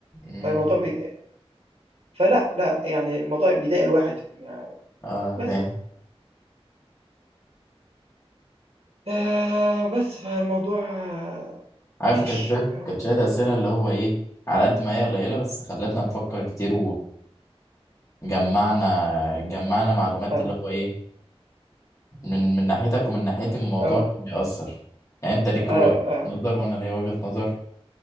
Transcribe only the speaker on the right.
فالموضوع بي... فلا لا يعني الموضوع بيضايق الواحد يعني
بس
آه بس فالموضوع آه،
ماشي
آه
آه
آه,
آه,
آه